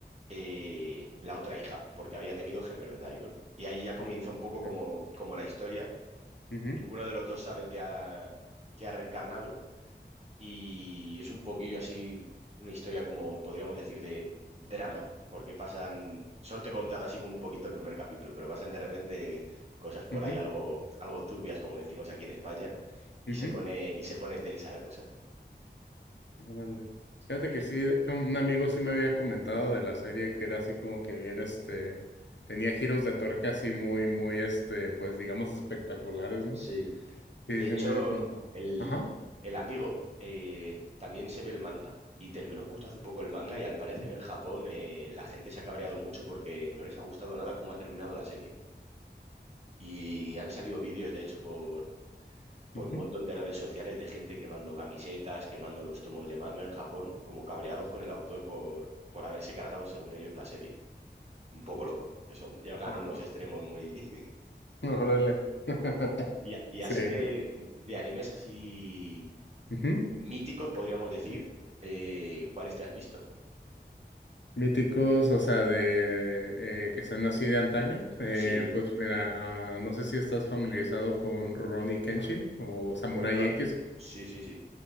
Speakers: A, on the right (about 35°); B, on the left (about 80°).
A: eh, la otra hija, porque había tenido gemelos la idol. Y ahí ya comienza
B: no,
A: un poco
B: ok,
A: como, como la historia.
B: ujú,
A: Ninguno de los dos saben que ha, que ha reencarnado y es un poquillo así, una historia como podríamos decir de drama, porque pasan, solo te he contado así como un poquito el primer capítulo, pero pasan de repente cosas por
B: ujú,
A: ahí algo, algo turbias, como decimos aquí en España, y
B: ujú.
A: se pone, y se pone tensa la cosa.
B: Órale. Fíjate
A: Pero
B: que
A: es-
B: sí, de hecho, un
A: ¿Mm?
B: amigo sí me había comentado de la serie que era así como que bien, este, tenía giros de torque así muy, muy, este, pues digamos espectaculares, ¿no?
A: Sí,
B: Sí,
A: de
B: sí
A: hecho,
B: sí me había contado.
A: el,
B: Ajá.
A: el amigo eh, también se ve el manga. Y terminó justo hace poco el manga y al parecer en Japón eh, la gente se ha cabreado mucho porque no les ha gustado nada cómo ha terminado la serie. Y han salido vídeos, de hecho, por, por
B: ujú,
A: un montón de redes sociales de gente quemando camisetas, quemando los tomos de manga en Japón, como cabreados con el autor por, por haberse cargado, según ellos, la serie. Un poco loco. Que son, llegan
B: Por
A: a unos
B: favor.
A: extremos muy. <laughs>
B: Órale. <laughs>
A: Y, y así
B: Sí.
A: de, de, animes así
B: ujú.
A: míticos, podríamos decir. Eh, ¿Cuáles te has visto?
B: Míticos, o sea, de eh, que sean así de antaño. Eh,
A: Sí,
B: pues mira, ah, no sé si estás familiarizado con Ronnie Kenshin o Samurai
A: onda.
B: X.
A: Sí, sí, sí.